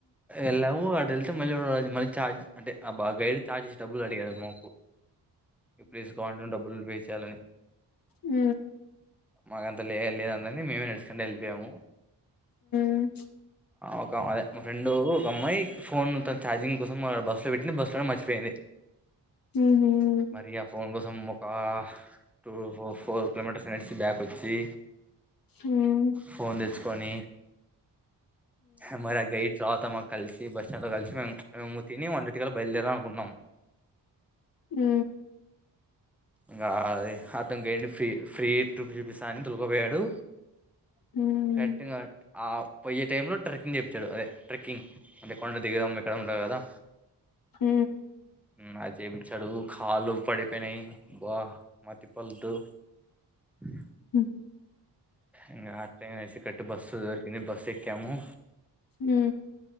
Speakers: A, in the centre; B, on the left.
A: ఎల్లాము అడల్ అ మళ్ళీది మల్లి చార్జ్ అంటే అబా గైడ్ ఛార్జ్ డబు అడిగాదమో ఇప్పులీసు కావంటం డబ్బులు పే చేయాలని
B: ఉ
A: మగ అంతలి ఎదంద మ మీేెా హల్ప్ అము
B: హ్మ్.
A: ఒక అదే మా ఫ్రెండు ఒమ్మాయి ఫోన్ ను త చార్జింగ్ కోసం బస్లు పెట్టి బస్ట్ మచి పోయింది
B: హుహు.
A: మరి ఆ ఫోన్ కోసం ఒక టూ ఫో ఫోర్ నచ బ్యాక్ వచ్చి
B: హ్మ్.
A: ఫోనిచ్ కొని అ మారా గైడ్ రాత మా కలిసి బస్ స్టాండ్ కలిసి మ మేము తిని వంటిటిగా బయలుదేరం అనుకున్నాము
B: ఉ
A: ఇకా అద అ తంకడి ఫ్రీ ఫ్రీ టూ చూపిస్తా అని తొలకపోయాడు
B: హ్మ్.
A: హెటింగ్ట్ ఆ పోయే టై లో ట్రెక్కింగ్ చెపతాడు అదే ట్రెక్కింగ్ అంటే కొండ దిగుదాము ఎక్కడ ఉండవు కదా
B: హ
A: ఉమ్, అది చేపించాడు కాలు పడిపోయినాయి బ మతిపలదు అ
B: హ
A: ఇం అట్టసి కట్టి బస్సు దొరికింది బస్ ఎక్కము
B: హ